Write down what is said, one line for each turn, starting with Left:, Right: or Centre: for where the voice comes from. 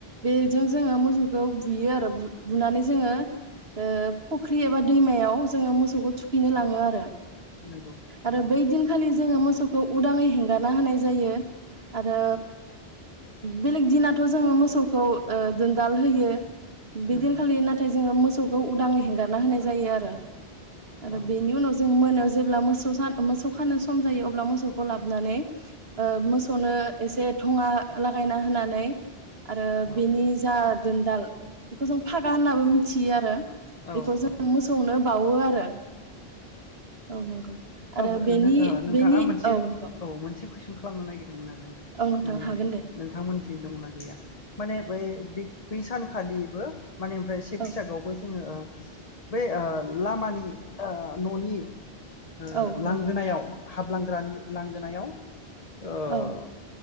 Right: बेजों जोङो मोसौखौ बुयो आरो बु-बुनानै जोङो ओ फुख्रि एबा दैमायाव जोङो मोसौखौ थुखैनो लाङो आरो
Left: नंगौ
Right: आरो
Left: औ
Right: बै दिनखालि जोङो मोस खौ उदाङै हेंगारना होनाय जायो आरो बेलेग दिनाथ' जोङो मोसौखौ ओ दोनदाल होयो बि
Left: नंगौ
Right: दिनखालि नाथाय जोङो मो थौखौ उदां हेंगारना होनाय जायो आरो। आरो
Left: औ
Right: बेनि उनाव जों मोनायाव जेब्ला मोसौ सान मोसौ खानो सम जायो अब्ला मो थौखौ लाबोनानै ओ मोसौनो एसे थङा लागायना होनानै आरो
Left: औ
Right: बेनि जा दोनदाल बेखौ जों फागा होननाबो मि थियो आरो
Left: औ
Right: बेखौ जों
Left: औ
Right: मोसौनो बावो आरो औ नंगौ आरो
Left: ओ
Right: बेनि
Left: नोंथां
Right: बेनि
Left: आं मोनसे
Right: औ नंगौ।
Left: औ मोनसे कुइसन खालामनो नायगिर
Right: औ नोंथां
Left: <unintelligible> माने
Right: हागोन दे
Left: नोंथांमोनथि दंना गैया माने बै बि बै सानखालिबो माने ओमफ्राय से बैसागोआवबो
Right: औ
Left: जोंङो। बेै ओ लामानि। ओ ननि। ओ
Right: औ
Left: लांगोनायाव।
Right: नंगौ
Left: हाबलांग्रानि लांगोनायाव। ओ
Right: औ